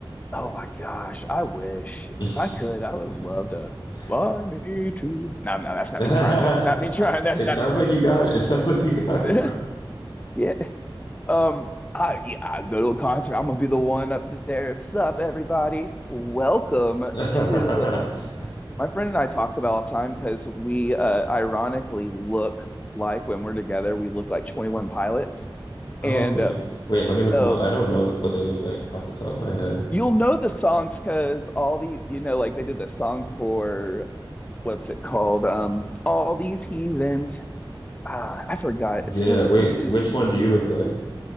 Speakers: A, on the left; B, on the left.
A: oh my gosh, I wish
B: <laughs>
A: if I could, I would love to
B: <laughs>
A: fly me to. No, no, that's not
B: Nah,
A: me trying. That's not me trying. <laughs> That's
B: It
A: not
B: sounds
A: me trying.
B: like you got it. It sounds like you
A: It's-
B: got it, bro.
A: <laughs> Yeah. Um. I yeah. I go to a concert. I'm gonna be the one up there. Sup, everybody. Welcome
B: <laughs>
A: to my friend and I talk about all the time because we uh, ironically look like when we're together, we look like 21 Pilots.
B: Okay.
A: And uh,
B: Wait, let me look
A: So
B: them up. I don't know what they look like off the top of my head.
A: you'll know the songs because all the, you know, like they did the song for what's it called? Um, all these heathens. Ah, I forgot.
B: Yeah,
A: It's for like
B: wait,
A: the movie.
B: which one do you look like?